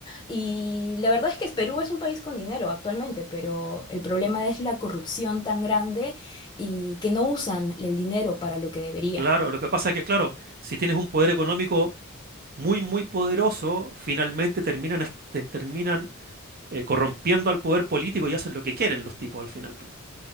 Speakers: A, on the left (about 20°); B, on the right (about 45°).
A: y la verdad es que Perú es un país con dinero actualmente, pero el problema es la corrupción tan grande y que no usan el dinero para lo que debería.
B: Claro, lo que pasa es que, claro, si tienes un poder económico muy, muy poderoso, finalmente terminan, est- te- terminan eh, corrompiendo al poder político y hacen lo que quieren los tipos al final, po.